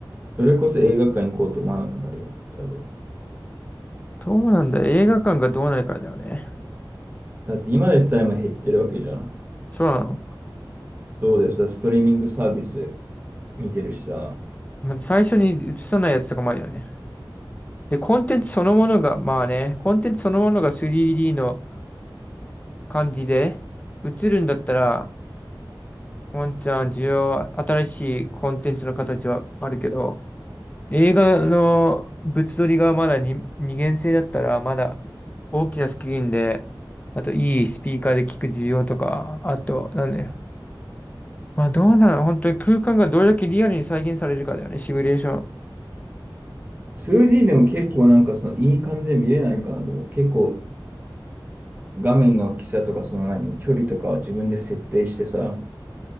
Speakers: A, on the right; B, on the left.
A: それこそ映画館行こうと思わなくなるよね、多分。
B: どうなんだ、映画館がどうなるかだよね。
A: だって今でさえも減ってるわけじゃん。
B: そうなの
A: そうです。ストリーミングサービスで見てるしさ。
B: まあ最初に映さないやつとかもあるよね。で、コンテンツそのものが、まあね、コンテンツそのものが 3D の感じで映るんだったら、ワンチャン需要は、新しいコンテンツの形はあるけど、映画の物撮りがまだに二元性だったら、まだ大きなスクリーンで、あといいスピーカーで聞く需要とか、あと、なんだよ。まあどうなの本当に空間がどれだけリアルに再現されるかだよね、シミュレーショ
A: 2D でも結構なんかそのいい感じで見れないかな。でも結構画面の大きさとかその何、距離とかを自分で設定してさ、